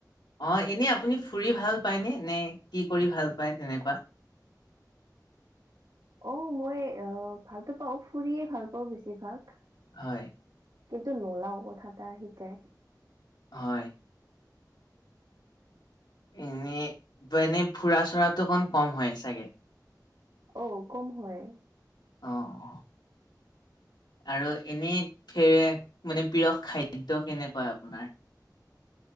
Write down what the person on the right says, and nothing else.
অ মই আহ ভালতো পাওঁ ফুৰিয়ে ভাল পাওঁ বেছিভাগ
কিন্তু নোলাও কথা এটা সিটাই
অ কম হয়